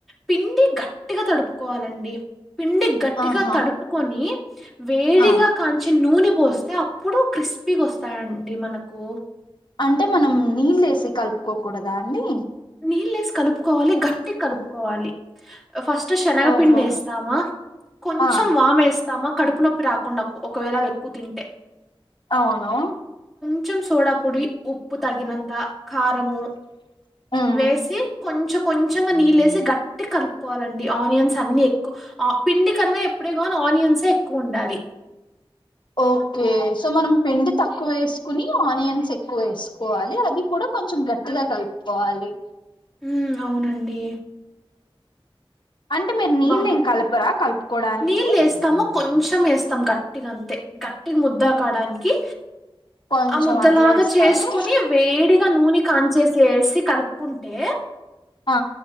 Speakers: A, in the centre; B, on the left.
A: పిండి గట్టిగా తడుపుకోవాలండి పిండి గట్టిగా
B: ఆహా
A: తడుపుకొని వేడిగా
B: ఆ
A: కా ని పోస్తే అప్పుడు కిస్ కృప్సీ వస్తాయండి మనకు
B: అంటే మనం నీళ్ళ వేసి కలుపుకోకూడదా అండి
A: నీళ్నెస్ కలుపుకోవాలి గట్టి కలుపుకోవాలి ఫస్ట్ శనగపిండి
B: ఓహో
A: ఏస్తామా కొంచెం
B: ఆ
A: వామేస్తామా కడుపు కడుపు నొప్పి రాకుండా ఒకవేళ ఎక్కువ తింటే
B: అవును
A: కొంచం సోడా పొడి ఉప్పు తగినంత కారము
B: ఉమ్
A: వేసి కొంచెం కొంచెంగా నీళ్ళ వేసి గట్ ట్టి కలుపుకోవాలండి ఆనియన్స్ అన్ని ఎక్కువ పిండి కన్నా ఎప్పుడే కానీ ఆనియన్స్ ఎక్కువ ఉండాలి
B: ఓకే సో మనం పిండి తక్కువ వేసుకుని ఆనియన్స్ ఎక్కువ వేసుకోవాలి అది కూడా కొంచెం గట్టిగా కలుపుకోవాలి
A: ఉ అవునండి
B: అ అంటే మీరు నీళ్ళ
A: బా
B: ఏం కలపరా కలుపుకోడానికి
A: నీళ్ళేస్తాము, కొంచెం వేస్తాం కట్ట గట్టిగా అంతే గట్టిగా ముద్ద కావడానికి కి
B: కొంచెం
A: ఆ ముద్దలాగా
B: అట్లా వేస్తారు
A: చేసుకుొని వేడిగా నూనె కాంచేసి వేసి కలుపుకుంటు టె
B: ఆ